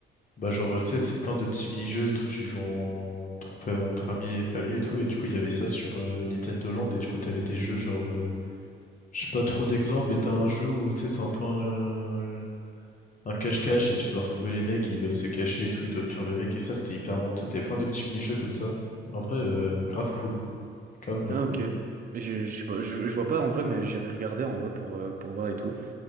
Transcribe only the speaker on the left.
Bah, genre, tu sais, c'est plein de petits mini-jeux et tout que tu joues en... entre fam- entre amis et famille et tout. Et du coup, il y avait ça sur euh, Nintendo Land. Et du coup, t'avais des jeux genre, euh, je sais pas trop d'exemples, mais t'as un jeu où, tu sais, c'est un peu un un cache-cache et tu dois retrouver les mecs et ils doivent se cacher et tout. Ils doivent fuir le mec. Et ça, c'était hyper monté. T'avais plein de petits mini-jeux comme ça. En vrai, euh, grave cool. Grave, grave
cool.